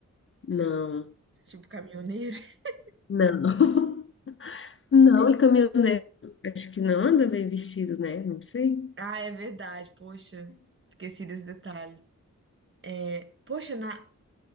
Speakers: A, on the left (about 40°); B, on the right (about 40°).
A: Não,
B: tipo caminhoneiro. <laughs>
A: não. <laughs> Não, e caminhoneiro, acho que não anda bem vestido, né? Não sei.
B: Ah, é verdade, poxa, esqueci desse detalhe. É, Poxa, na.